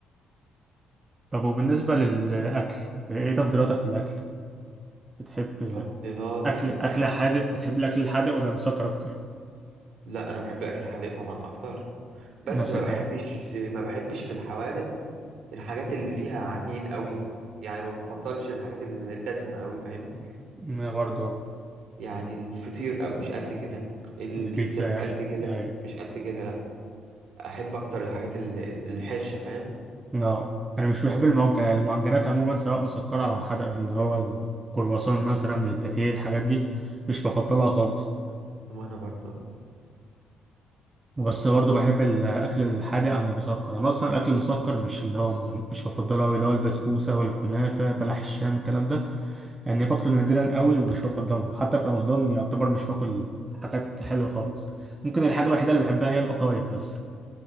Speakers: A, on the right; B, on the right.
A: طب وبالنسبة للاكل ايه تفضيلاتك في الاكل بتحب
B: تفضيلاتي
A: اكل
B: في الاكل
A: اكل حادق بتحب الاكل الحادق ولا المسكر اكتر
B: لا انا بحب الاكل الحادق طبعا اكتر بس
A: نفس
B: ما
A: الكلام
B: بحبش ما بحبش في الحوادق الحاجات اللي فيها عجين قوي يعني ما بفضلش الحاجات الدسمه قوي فاهمني
A: انا برضو
B: يعني الفطير او مش قد كده البيتزا
A: البيتزا
B: مش
A: يعني
B: قد كده
A: اهي
B: مش قد كده لا احب اكتر الحاجات ال- الحرشه فاهم
A: لا انا مش بحب المعجنات المعجنات عموما سواء مسكرة او حادقة اللي هو الكرواسون مثلا الباتيه الحاجات دي مش بفضلها خالص
B: وانا برضه
A: بس برضه بحب الأكل الحادق عن المسكر أنا أصلا الأكل المسكر مش اللي هو مش بفضله أوي اللي هو البسبوسة والكنافة بلح الشام الكلام ده يعني باكله نادرا أوي ومش بفضله حتى في رمضان يعتبر مش باكل حاجات حلوة خالص ممكن الحاجة الوحيدة اللي بحبها هي القطايف بس